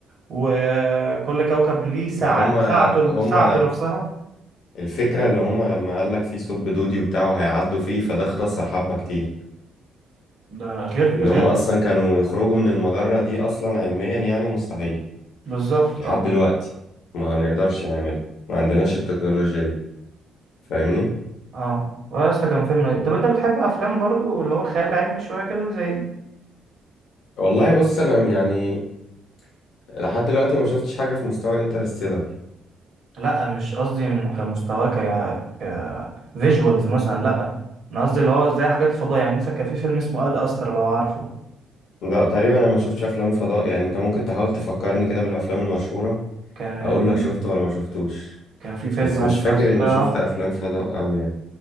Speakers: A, on the right (about 65°); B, on the left (about 75°).
A: وكل كوكب ليه ساعة
B: ما هم
A: ساعته
B: هم
A: ساعته نفسها
B: الفكرة اللي هم لما قالك في ثقب دودي وبتاعه هيعدوا فيه فده اختصر حبة كتير
A: ده غير
B: ان هم
A: غير
B: اصلا كانوا يخرجوا من المجرة دي اصلا علميا يعني مستحيل
A: بالظبط
B: لحد
A: اه
B: دلوقتي ما هنقدرش نعملها ما عندناش التكنولوجيا دي فاهمني
A: اه واسطى كان فيلم لذيذ. طب انت بتحب افلام برضو اللي هو الخيال العلمي شويه كده زي دي
B: والله بص انا يعني لحد دلوقتي ما شفتش حاجة في مستوى انترستيلر
A: لا مش قصدي م- كمستواه ك ك فيجوالز مثلا لا انا قصدي اللي هو زي حاجات الفضاء يعني مثلا كان في فيلم اسمه اد استرا لو عارفه
B: لا تقريبا انا ما شفتش افلام فضاء يعني انت ممكن تحاول تفكرني كده بالافلام المشهورة
A: كان
B: اقول لك شفته ولا ما شفتوش
A: كان في فيلم
B: بس
A: اد
B: مش فاكر
A: استرا
B: اني شفت افلام فضاء أوي يعني